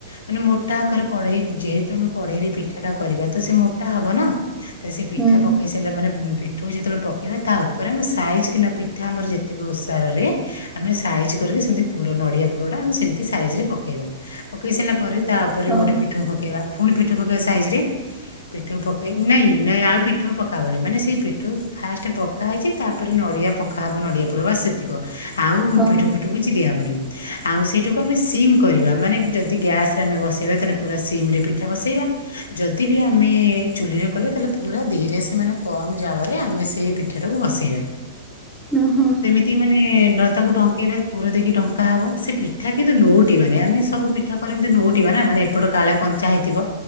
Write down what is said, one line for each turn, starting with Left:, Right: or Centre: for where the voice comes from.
Left: ମାନେ ମୋଟା ଆକରେ କଢେଇ ଯେହେତୁ ଆମେ କଢେଇରେ ପିଠା ଟା କରିବା ତ ସେ ମୋଟା ହବ ନା। ତ ସେ ପିଠା
Centre: ହୁଁ
Left: ପକେଇ ସାରିଲା ମାନେ ଉଁ ପି ଠଉ ଯେତେବେଳେ ପକେଇବା ତା ଉପରେ ଆମେ ସାଇଜ୍ କିନା ପିଠା ଆମର ଯେତିକି ଓଷାରରେ। ଆମେ ସାଇଜ୍ କରିକି ସେମିତି ପୁର ନଡିଆ ପୁରଟା ମାନେ ସେମିତି ସାଇଜ୍ ରେ। ପକେଇବା ପକେଇ ସାରିଲା ପରେ ତା ଉପରେ
Centre: ହଁ
Left: ଗୋଟେ ପିଠଉ ପକେଇବା ପୁଣି ପିଠା ପକେଇବା ସାଇଜରେ। ପିଠଉ ପକେଇ ନାଇଁ ନାଇଁ ଆଉ ପିଠଉ ପକାହବନି ମାନେ ସେଇ ପିଠଉ ଫାର୍ଷ୍ଟ ପ କା ହେଇଛି ତାପରେ ନଡ଼ିଆ ପକାହବ ନଡ଼ିଆ ପୁର ବା ସେ ତିକ ଆଉ
Centre: ହଁ
Left: ପିଠଉ ପିଠଉ କିଛି ଦିଆହବନି ଆଉ ସେଇଟାକୁ ଆମେ ସିମ୍। କରିବା ମାନେ ଯଦି ଗ୍ୟାସ ରେ ଆମେ ବସେଇବା ତାନେ ପୁରା ସିମ୍ ରେ ପିଠା ବସେଇବା। ଯଦି ବି ଆମେ ଚୁଲିରେ କଲେ ତାହେଲେ ପୁରା ଧୀରେ ସେ ମାନେ କମ ଜାଳରେ ଆମେ ସେଇ ପିଠାଟାକୁ ବସେଇବା।
Centre: ଉଁ ହଁ।
Left: ତି ମାନେ ନ ତାକୁ ଢଙ୍କେଇବା ପୁର ଦେଇକି ଢଙ୍କା ହବ ସେ ପିଠା କିନ୍ତୁ ନଉ ଟେଇବାନି ଆମେ ସବୁ ପିଠା କଲେ ଏମିତି ନଉଟିବା ନା ମାନେ ଏପଟ କାଳେ କଞ୍ଚା ହେଇଥିବ।